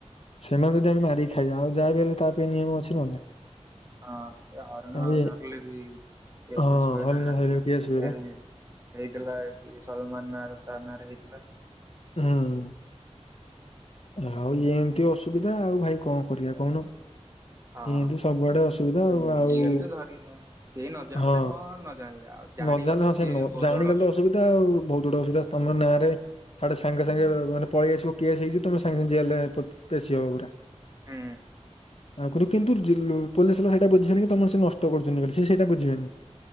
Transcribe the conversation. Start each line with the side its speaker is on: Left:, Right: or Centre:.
Left: ସେମାନେ ଯଦ ଆମେ ମାରିକି ଖାଇବା ଆଉ ଯାହା ବି ହେଲେ ତା ପାଇଁ ନିୟମ ଅଛି ନା ଆଉ।
Right: ହଁ ସେ ହରିଣ ଆଉ
Left: ଇଏ
Right: ଡରିଲେ ବି କେସ
Left: ହଁ
Right: ଫେସ ହୁଏ
Left: ହରିଣ
Right: ନା ଏ
Left: ଧରିବାକୁ କିଏ ଆସିବ ବା
Right: ହେଇଥିଲା ଏ ସଲମାନ ନାଁ ରେ ତା ନାଁ ରେ ହେଇଥିଲା।
Left: ହଁ। ଆଉ ଏମିତି ଅସୁବିଧା ଆଉ ଭାଇ କଣ କରିବା କହୁନ?
Right: ହଁ
Left: ଏମତି ସବୁଆଡେ ଅସୁବିଧା ଆଉ
Right: ଇଲିଗାଲ
Left: ଆଉ
Right: ରେ ଧରି କେହି ନ ଜାଣିଲେ
Left: ହଁ।
Right: ନ ଜାଣିଲେ ଆଉ ଜାଣିଗଲେ
Left: ନଜାଣିଲେ ହଁ
Right: ସିଏ
Left: ସେ ନୁହଁ
Right: ବହୁତ
Left: ଜାଣିଗଲେ
Right: ବଡ
Left: ଅସୁବିଧା ଆଉ ବହୁତ ଗୁଡେ ଅସୁବିଧା ତମ ନାଁରେ ସାଡେ ସାଙ୍ଗେ ସାଙ୍ଗେ ମାନେ ପଳେଇଆସିବ କିଏ ଆସି ହେଇଯିବ ତମେ ସାଙ୍ଗେ ସାଙ୍ଗେ ଜେଲରେ ପେଶୀ ହବ ପୁରା।
Right: ହୁଁ।
Left: ଆଗରୁ କିନ୍ତୁ ପୋଲିସ ହେଲା ସେଇଟା ବୁଝିବେନ କି ତମର ସେ ନଷ୍ଟ କରୁଛନ୍ତି ବୋଲି ସିଏ ସେଇଟା ବୁଝିବେନି।